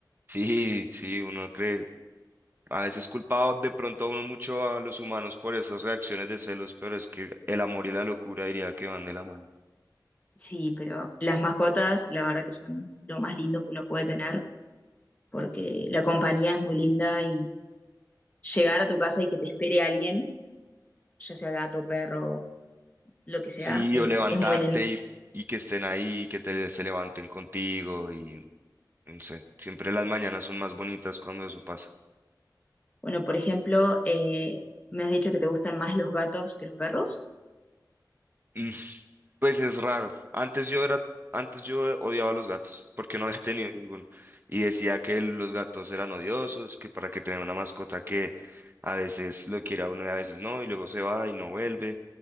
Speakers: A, on the right; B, on the left.
A: Sí, sí, uno cree. A veces culpaba de pronto a uno mucho a los humanos por esas reacciones de celos, pero es que el amor y la locura diría que van de la mano.
B: Sí, pero las mascotas, la verdad que son lo más lindo que uno puede tener porque la compañía es muy linda y llegar a tu casa y que te espere alguien, ya sea gato, perro, lo que sea,
A: Sí,
B: es,
A: o levantarte
B: es muy lindo.
A: y, y que estén ahí, que te, se levanten contigo y no sé, siempre las mañanas son más bonitas cuando eso pasa.
B: Bueno, por ejemplo, eh, me has dicho que te gustan más los gatos que los perros.
A: Mm, Pues es raro. Antes yo era, antes yo odiaba a los gatos porque no había <laughs> tenido ninguno. Y decía que los gatos eran odiosos, que para que tener una mascota que a veces lo quiere a uno y a veces no, y luego se va y no vuelve,